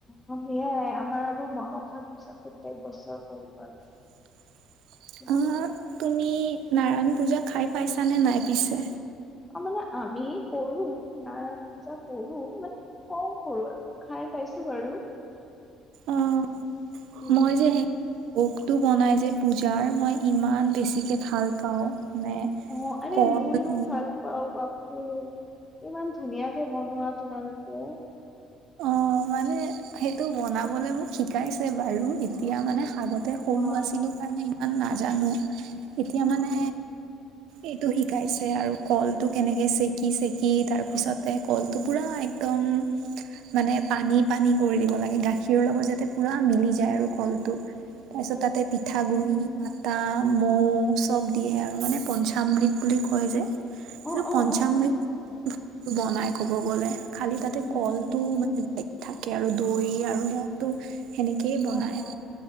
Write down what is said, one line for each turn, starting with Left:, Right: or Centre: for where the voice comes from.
Left: অ' সেইয়াই আমাৰ আৰু মনসা পূজা প্ৰত্যেক বছৰ কৰো আৰু
Right: <unintelligible>
Left: <unintelligible>
Right: অ', তুমি নাৰায়ণ পূজা খাই পাইছা নে নাই পিছে?
Left: মানে আমি কৰো নাৰায়ন পূজা কৰো মানে কম কৰোঁ আৰু খাই পাইছোঁ। বাৰু।
Right: অ',
Left: উম
Right: মই যে ভোগটো বনাই যে পূজাৰ মই ইমান বেছিকে ভাল পাওঁ। মানে
Left: অ', আৰে
Right: কল
Left: ময়ো
Right: দি
Left: ভালপাওঁ পাব উ। ইমান ধুনীয়াকে বনোৱা তোমালোকে।
Right: অ', মানে সেইটো বনাবলে মোক শিকাইছে বাৰু, এতিয়া মানে আগতে সৰু
Left: বা
Right: আছিলো কাৰণে ইমান নাজানো, এতিয়া
Left: উম
Right: মানে এইটো শিকাইছে আৰু কলটো কেনেকে ছেকি ছেকি তাৰ পিছতে কলটো পুৰা একদম মানে পানী পানী কৰি দিব লাগে, গাখীৰৰ লগত যাতে পুৰা মিলি যায় আৰু কলটো। তাইছত
Left: অ
Right: তাতে পিঠাগুৰি আটা, মৌ চব দিয়ে আৰু মানে পঞ্চামৃত বুলি কয় যে কিন্তু
Left: অ অ
Right: পঞ্চামৃৃত,
Left: অ অ উম
Right: বনাই ক'ব গ'লে। খালি তাতে
Left: উম
Right: কলটো
Left: উম
Right: মানে <unintelligible> থাকে, দৈ আৰু ইয়াত। ত' সেনেকেই বনায়।
Left: অ অ